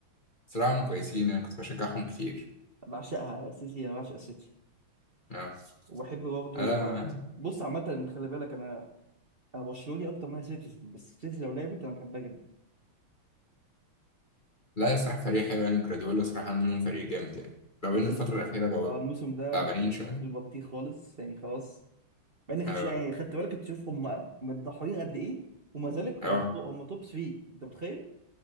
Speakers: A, on the left; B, on the right.
A: صراحه هم كويسين يعني كنت بشجعهم كتير
B: بعشقها السيتي انا بعشق السيتي
A: اه
B: وبحب برضه
A: أنا
B: آه، بص عامه انت خلي بالك انا انا برشلوني اكتر من انا سيتيزن بس السيتي لو لعبت انا بحبها جدا
A: لا الصراحة فريق حلو يعني وجراديولا صراحة عامل منهم فريق جامد يعني لو
B: بس
A: إن الفترة
B: الز-
A: الأخيرة بقوا
B: اه الموسم ده
A: تعبانين
B: في ال-
A: شوية
B: في البطيخ خالص يعني خلاص مع اني كنت
A: أه
B: يعني خدت بالك تشوف هم متضحيين قد ايه وما ذلك
A: أه
B: هم تو- هم توب 3 انت متخيل